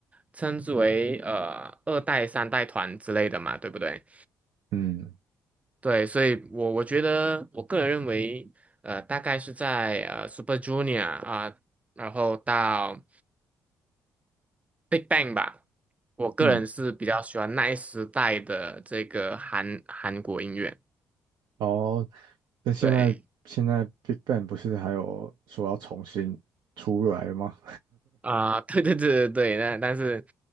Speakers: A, on the right (about 15°); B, on the right (about 60°).
A: 称之为呃二代、三代团之类的嘛，对不对？
B: 嗯
A: 对，所以我我觉得我个人认为，呃，大概是在呃 Super Junior 啊、然后到 Big Bang 吧，我个人是比较喜欢那一时代的这个韩韩国音乐。
B: 嗯，哦，那现在现在
A: 对，
B: Big Bang 不是还有说要重新出来了吗？
A: 啊、对对对对对，但但是，